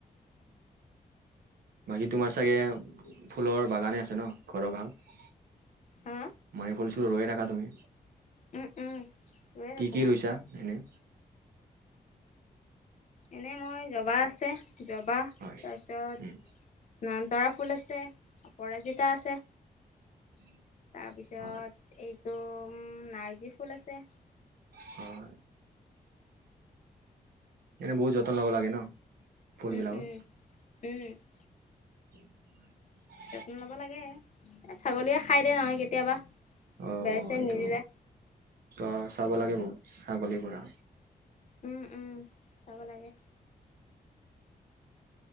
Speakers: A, on the right; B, on the left.
A: বাকী তোমাৰ চাগে, ফুলৰ বাগানে আছে ন ঘৰৰ কাষত?
B: হা
A: মাৰি ফুলছো ৰৈ থাকা তুমি,
B: উম উম ৰুয়ে
A: কি
B: থাকো
A: কি
B: মই
A: ৰুইছা? এনে
B: এনেই মই জবা আছে, জবা
A: হয়
B: তাৰপিছত
A: উম,
B: নয়নতৰা ফুল আছে, অপৰাজিতা আছে।
A: <inaudible>
B: তাৰপিছত
A: হয়
B: এইটো নাৰ্জী ফুল আছে।
A: হয়। এনে বহু যতন লাগ লাগে ন? ফুলবিলাকত
B: উম উম, উম।
A: <unintelligible>
B: যত্ন ল'ব লাগে, এ ছাগলীয়ে খাই দে নহয় কেতিয়াবা।
A: অ',
B: বেৰ চেৰ
A: এইটো,
B: নিদিলে
A: ত' চাব লাগে বহুত ছাগলীৰ পৰা।
B: উম, উম, চাব লাগে।